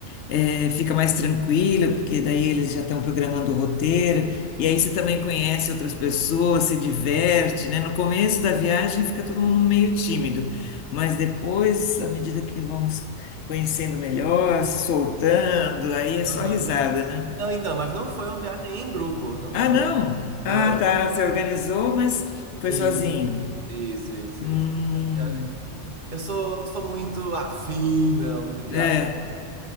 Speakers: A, on the left (about 65°); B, on the right (about 40°).
A: é, fica mais tranquila, porque daí eles já estão programando o roteiro, e aí você também conhece outras pessoas, se diverte, né? No começo da viagem fica todo mundo meio tímido, mas depois, à medida que vão se conhecendo melhor, se soltando, aí é só
B: Aham.
A: risada, né?
B: Não, então, mas não foi uma viagem em grupo. Não
A: Ah,
B: foi uma
A: não!
B: viagem.
A: Ah,
B: Não, não,
A: tá, você organizou, mas foi
B: não.
A: sozinho.
B: Isso, isso,
A: Hum.
B: isso. Viagem em grupo. Eu sou, não sou muito afim, não, de viagem.
A: É,